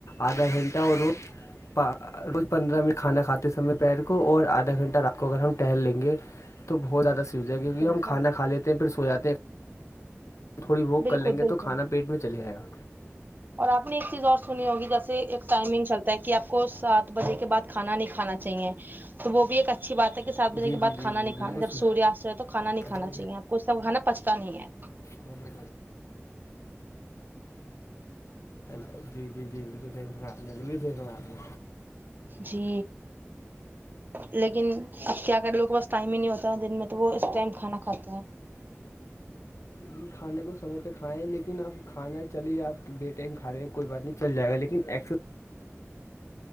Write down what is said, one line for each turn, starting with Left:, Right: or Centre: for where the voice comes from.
Left: آدھا گھنٹہ اور روز پا روز پندرہ منٹ کھانا کھاتے سمے پیر کو اور آدھا گھنٹہ رات کو اگر ہم ٹہل لیں گے تو بہت زیادہ سیوزے گی بھی
Right: بالکل
Left: ہم کھانا کھا لیتے ہیں پھر سو جاتے ہیں تھوڑی واک
Right: بالکل
Left: کر لیں گے
Right: بالکل
Left: تو کھانا پیٹ میں چلے جائے گا
Right: اور آپ نے ایک چیز اور سنی ہوگی جیسے ایک ٹائمنگ چلتا ہے کہ آپ کو سات بجے کے بعد کھانا نہیں کھانا چاہیے تو وہ بھی ایک اچھی بات ہے سات بجے
Left: جی
Right: کے
Left: جی
Right: باد
Left: جی
Right: کھانا
Left: جی
Right: نہیں
Left: بالکل
Right: کھانا جب
Left: سنا
Right: سوریاست ہے تو کھانا نہیں کھانا
Left: دو
Right: چاہیے آپ کو سو وہ کھانا پچتا نہیں ہے
Left: گٹ بے <unintelligible> جی جی جی بالکل صحیح فرمایا آپ بلکل فرمایا آپ نے
Right: جی لیکن اب کیا کر لوگ کے پس ٹائم ہی نہیں ہوتا دن میں تو وہ اس ٹائم کھانا کھاتے ہیں
Left: ام کھانے کو سمے پہ کھائیں لیکن اپ کھانا چلے آپ بیے ٹائم کھا رہے ہیں کوئی بات نہیں چل جائے گا لیکن ایکسرسائز